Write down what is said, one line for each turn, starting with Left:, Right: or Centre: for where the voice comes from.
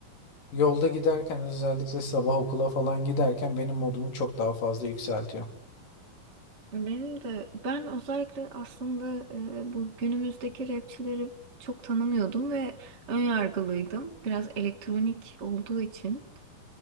Left: yolda giderken özellikle sabah okula falan giderken benim modumu çok daha fazla yükseltiyor.
Right: Benim de ben özellikle aslında e, bu günümüzdeki rapçileri çok tanımıyordum ve önyargılıydım. Biraz elektronik olduğu için.